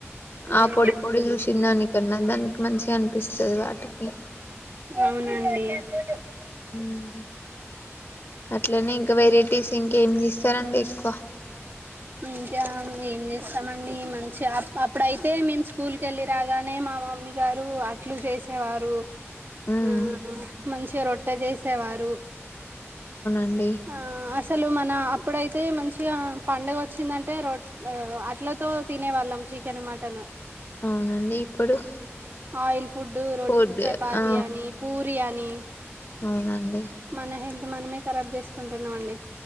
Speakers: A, on the right (about 45°); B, on the left (about 50°).
A: మ్మ్
B: ఆ పొడి పొడి చూసిన దానికన్నా దానికి మంచిగా అనిపిస్తది. వాటికి
A: అవునండి
B: అండి అట్లనే ఇంకా వెరైటీస్. ఇంకా ఏం జేస్ ఇస్తా రండి ఏకువా
A: ఇంకా ఏం చేస్తామండి మంచిగా అప్పుడైతే మేము స్కూల్కి వెళ్ళి రాగానే మా మమ్మీ గారు అట్లు చేసేవారు.
B: ఉమ్
A: ఆ మంచిగా రొట్ట చేసేవారు.
B: అండి.
A: ఆ అసలు మన అప్పుడైతే మంచిగా పండుగ వచ్చిందంటే రో అట్లతో తినే వాళ్ళం చికెన్ మటన్.
B: అవునండి ఇప్పుడు
A: ఆయిల్ ఫుడ్డు రో
B: ఫుడ్
A: చపాతి
B: ఆ
A: అని పూరి అని
B: అవునండి
A: మన హె మనే కబ్ జ అకుంటున్నాంమండి